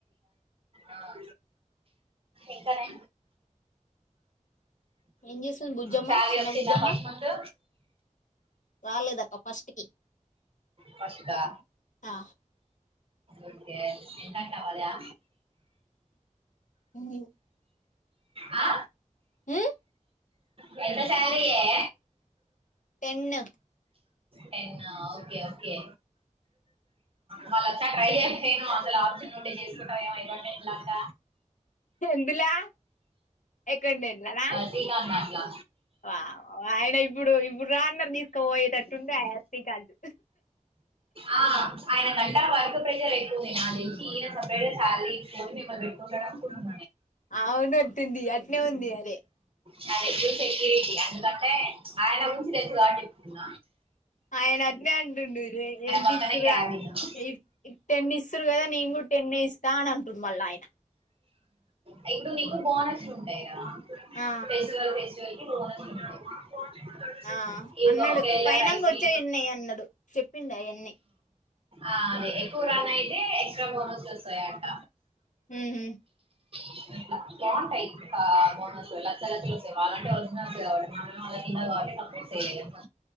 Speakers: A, on the right (about 45°); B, on the left (about 70°).
A: ఆ ఇంకానే
B: ఏం చేస్తుంది బుజ్జమ్మ
A: శాలరీ
B: చిన్న
A: వచ్చిందా
B: బుజ్జమ్మ
A: ఫస్ట్ మంతు
B: రాలేదక్క ఫస్ట్ కి
A: ఫస్ట్ ఆ
B: ఆ
A: ఓకే ఎంతా కావాలి ఆ
B: ఇయ్యి
A: ఆ
B: ఊ
A: పెద్ద శాలరీ ఎ
B: టెను
A: టెన్ ఓకే ఓకే మల్లోకసారి ట్రై చేస్తే ఏమవ్ అసలు ఆప్షన్ ఉంటే చేసుకుంటాం ఏమో ఇవన్నీ ఎట్లా అక్క
B: ఎందులా ఎకండేంట్లనా
A: శ్రీకాంత్ అట్లా
B: ఆ ఆయన ఇప్పుడు ఇప్పుడు రాన్నర్ తీసుకుపోయేటట్టుండే ఎస్పీ కాంతు
A: ఆ ఆయన గంట వర్క్ ప్రెషర్ ఎక్కువే నా నాక్ తెలిసి ఈన సపరేట్ శాలరీ దీస్కొని మిమ్మల్ని మెం <unintelligible> అనుకుంన్నం
B: అవును తింది అట్నే ఉంది అదే
A: నాకు తెలిసి సెక్యూరిటీ అందుకంటే ఆయన ఊంచి తెలుసు కాబట్టి చెప్తున్న
B: అయన అట్నే అంటుండు రే ఎంతీసురా
A: పక్కనే క్యాబిన్
B: ఇ ఇతే ఇన్ని ఇస్తురు కదా నేను కూడా ఇస్తా అని అంటుండు మళ్ళ ఆయన
A: అయ్ ఇప్పుడు మీకు బాన్స్ లుంటయి రా
B: ఆ
A: ఫెస్టివల్ ఫెస్టివల్ ఇంగొ ఇపుడు మాకోటీ <unintelligible>
B: ఆ
A: ఇగ
B: అన్నాడు
A: ఒకేలా
B: పైనంగా
A: రైస్
B: వచ్చా
A: ని
B: ఎన్నయ్య అన్నాడు చెప్పిండు అవన్నీ
A: ఆ అదే ఎక్కువ రన్ అయితే ఎక్సట్రా బోనస్ లు వస్తాయంట
B: ఊహు
A: అ <unintelligible> బాగుంటాయి బా బోనస్ లు లచ్చ లచ్చలు వస్తాయి వా అలాంటే ఒరిజినల్స్ కాట్టి మన వాళ్ళ కింద కాట్టి త తేలేలే పొ